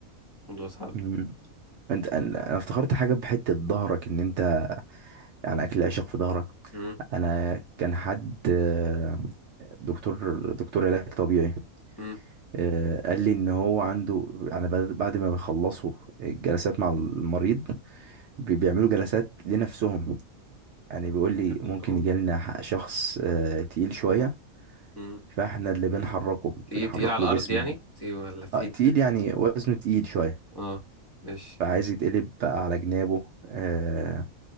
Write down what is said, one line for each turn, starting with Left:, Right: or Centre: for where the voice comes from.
Left: الموضوع صعب
Right: مم. انت انا أنا افتكرت حاجه بحته ظهرك ان انت يعني اكل العشق في ظهرك
Left: امم
Right: انا كان حد آه، دكتور دكتور علاج طبيعي
Left: امم
Right: آه، قال لي ان هو عنده انا بعد بعد ما بيخلصوا الجلسات مع المريض بي- بيعملوا جلسات لنفسهم يعني بيقول لي
Left: نفسهم.
Right: ممكن يجي لنا شخص آه، تقيل شويه
Left: امم
Right: فاحنا اللي بنحركه
Left: تقيل
Right: بنحرك
Left: تقيل على
Right: له
Left: الارض
Right: جسمه
Left: يعني تقيل ولا تقيل
Right: آه، تقيل
Left: <laughs>
Right: يعني وزنه تقيل شويه
Left: اه ماشي
Right: فعايز يتقلب بقى على جنابه آه،